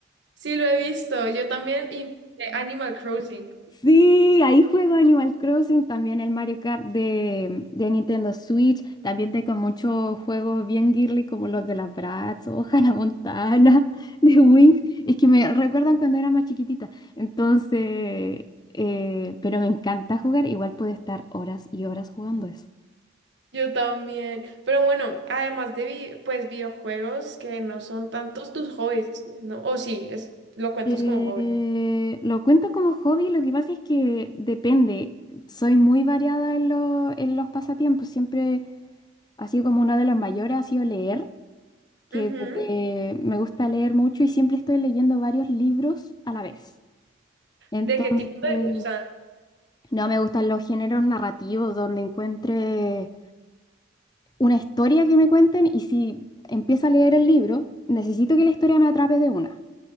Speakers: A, on the right (about 60°); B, on the left (about 20°).
A: sí, lo he visto. Yo también, y eh, Animal Crossing.
B: Sí, ahí juego Animal Crossing, también el Mario Kart de, de Nintendo Switch, también tengo muchos juegos bien girly como los de las Bratz o Hannah Montana, <laughs> de Winx, es que me recuerdan cuando era más chiquitita, entonces, eh, pero me encanta jugar, igual puedo estar horas y horas jugando
A: Yo también. Pero bueno, además de vi- pues videojuegos que no son tantos tus hobbies, ¿no? O sí, es, lo cuentas
B: Eh,
A: como hobby.
B: lo cuento como hobby, lo que pasa es que depende. Soy muy variada en, lo- en los pasatiempos. Siempre ha sido como una de las mayores, ha sido leer, que
A: Ujú.
B: desde- me gusta leer mucho y siempre estoy leyendo varios libros a la vez. Entonces,
A: ¿De qué tipo te gustan?
B: no me gustan los géneros narrativos donde encuentre una historia que me cuenten y si empiezo a leer el libro, necesito que la historia me atrape de una.